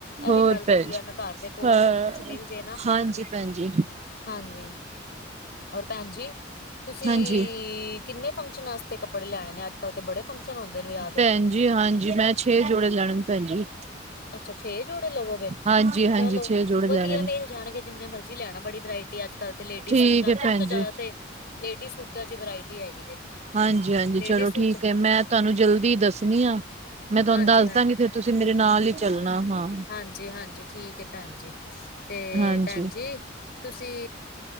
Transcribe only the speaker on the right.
ਹੋਰ
ਭੈਣ ਜੀ,
ਹਾਂ
ਹਾਂਜੀ ਭੈਣ ਜੀ,
ਹਾਂਜੀ।
ਭੈਣ ਜੀ ਹਾਂਜੀ ਮੈਂ ਛੇ ਜੋੜੇ ਲੈਣੇ ਨੇ ਭੈਣ ਜੀ।
ਹਾਂਜੀ-ਹਾਂਜੀ
ਛੇ ਜੋੜੇ
ਲੈਣੇ ਨੇ।
ਠੀਕ
ਹੈ
ਭੈਣ
ਜੀ
ਹਾਂਜੀ-ਹਾਂਜੀ
ਚਲੋ
ਠੀਕ ਏ। ਤੁਹਾਨੂੰ ਜਲਦੀ ਦੱਸਣੀ ਆ ਮੈਂ ਤੁਹਾਨੂੰ
ਦੱਸਦਾਂਗੀ
ਫੇਰ ਤੁਸੀਂ ਮੇਰੇ ਨਾਲ ਹੀ ਚੱਲਣਾ ਹਾਂ
ਹਾਂਜੀ